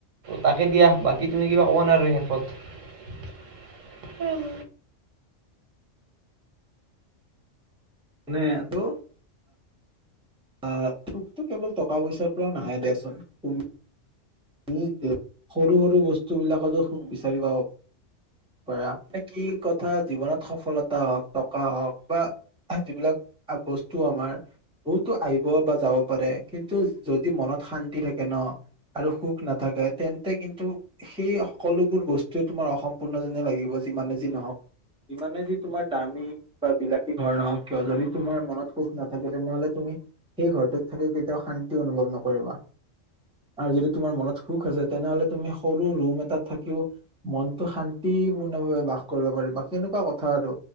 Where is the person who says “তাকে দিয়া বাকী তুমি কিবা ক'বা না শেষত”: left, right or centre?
Right